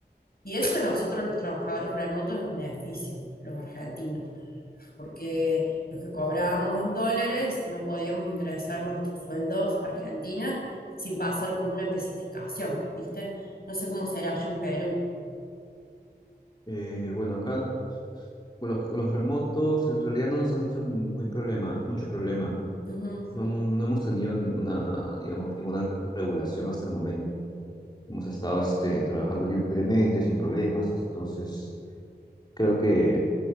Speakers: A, on the left; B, on the left.
A: Y eso a nosotros los trabajadores remotos nos beneficia, los argentinos porque los que cobrábamos en dólares no podíamos ingresar nuestros sueldos a Argentina sin pasar por una especificación, ¿viste? No sé cómo será allá en Perú.
B: Eh, bueno, acá Con Los, con los remotos en realidad no nos han dicho muy problema, mucho problema.
A: Ujú.
B: No, no hemos tenido ninguna, digamos, ninguna re- regulación hasta el momento. Hemos estado este, trabajando libremente, sin problemas. Entonces, creo que